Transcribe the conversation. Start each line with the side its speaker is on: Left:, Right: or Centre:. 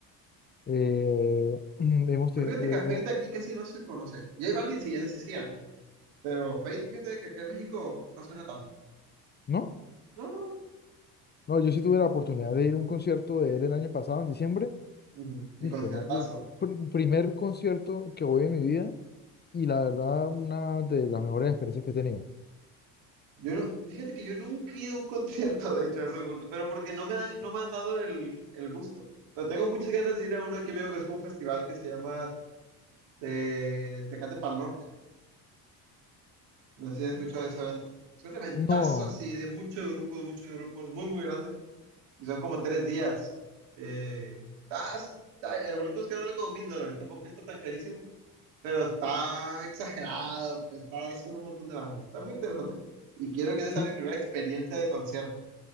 Left: eh, <clears throat> hemos,
Right: Pues
Left: te-
Right: fíjate
Left: eh,
Right: que a Feita aquí casi no se conoce. J Balvin sí, ese sí es gigante. Pero Fate, fíjate que acá en México no suena tanto.
Left: ¿no?
Right: No, no, no.
Left: No, yo sí tuve la oportunidad de ir a un concierto de él el año pasado, en diciembre,
Right: Ujú, Y
Left: Hijo
Right: conciertazo.
Left: de ma- y pr- primer concierto que voy en mi vida y la verdad una de las mejores experiencias que he tenido.
Right: Yo no, fíjate que yo nunca he ido a un concierto, de hecho, a ese punto, pero porque no me dan, no me han dado el, el gusto. Pero tengo muchas ganas de ir a uno aquí en México que es como un festival que se llama Te, Tecate Pal Norte. No sé si has escuchado de ese evento. Es un eventazo
Left: No,
Right: así de muchos grupos, muchos grupos, muy, muy grande. Y son como tres días. Eh, está- está- el boleto es que vale como mil dólares, tampoco está tan carísimo, pero está exagerado, pues, está con un montón de bandas, está muy interesante. Y quiero que esa
Left: sí,
Right: sea mi primera experiencia de concierto.